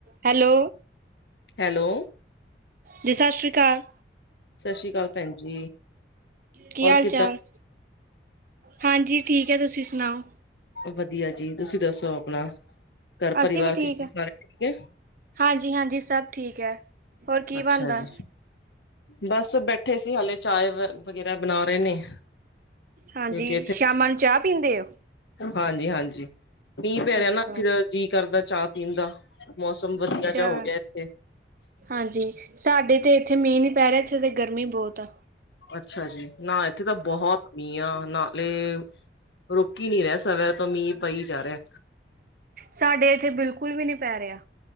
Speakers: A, on the right (about 50°); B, on the left (about 70°).
A: Hello
B: hello
A: ਜੀ ਸਤਿ ਸ਼੍ਰੀ ਕਾਲ
B: ਸਤਿ ਸ਼੍ਰੀ ਕਾਲ ਭੈਨ ਜੀ,
A: ਕੀ
B: ਹੋਰ
A: ਹਾਲ
B: ਕਿੱਦਾਂ?
A: ਚਾਲ ਹਾਂਜੀ ਠੀਕ ਹੈ, ਤੁਸੀਂ ਸੁਨਾਓ
B: ਵਦੀਆ ਜੀ, ਤੁਸੀਂ ਦੱਸੋ ਆਪਣਾ ਘਰ ਪਰਿਵਾਰ
A: ਅਸੀਂ ਵੀ ਠੀਕ
B: ਚ ਆਪਣੇ
A: ਆਂ,
B: ਸਾਰੇ ਠੀਕ ਹੈ?
A: ਹਾਂਜੀ-ਹਾਂਜੀ ਸਭ ਠੀਕ ਐ। ਹੋਰ ਕੀ
B: ਅੱਛਾ
A: ਬਨਦੈ?
B: ਜੀ, ਬਸ ਬੈਠੇ ਸੀ, ਹਲੇ ਚਾਏ ਵਗ ਵਗੈਰਾ ਬਨਾ ਰਏ ਨੇ।
A: ਹਾਂਜੀ,
B: ਕਿਉਂਕਿ ਇੱਥੇ
A: ਸ਼ਾਮਾਂ ਨੂੰ ਚਾ ਪੀਂਦੇ ਓ?
B: ਹਾਂਜੀ-ਹਾਂਜੀ, ਮੀਂਹ ਪੈ ਰਿਆ
A: ਅੱਛਾ
B: ਨਾ, ਫਿਰ ਜੀਅ ਕਰਦਾ ਚਾ ਪੀਨ ਦਾ, ਮੌਸਮ ਵਦੀਆ
A: ਅੱਛਾ
B: ਜਾ ਹੋ ਗਿਆ ਇੱਥੇ
A: ਹਾਂਜੀ, ਸਾਡੇ ਤੇ ਇੱਥੇ ਮੀਂਹ ਨੀ ਪੈ ਰਿਆ, ਇੱਥੇ ਤੇ ਗਰਮੀ ਬੋਤ ਐ।
B: ਅੱਛਾ-ਜੀ, ਨਾ ਇੱਥੇ ਤਾਂ ਬਹੋਤ ਮੀਂ ਆ, ਨਾਲੇ ਰੁਕ ਈ ਨੀ ਰਿਆ, ਸਾਰ ਰਾਤ ਤੋਂ ਮੀਂ ਪਈ ਜਾ ਰਿਐ।
A: ਸਾਡੇ ਐਥੇ ਬਿਲਕੁਲ ਵੀ ਨੀ ਪੈ ਰਿਆ।